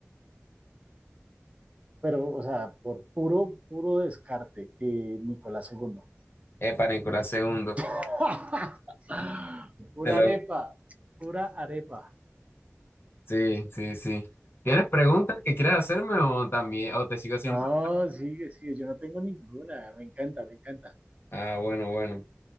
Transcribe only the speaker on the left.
Epa, Nicolás segundo.
Te lo
Sí, sí, sí. ¿Tienes preguntas que quieras hacerme o también, o te sigo siempre?
Ah, bueno, bueno.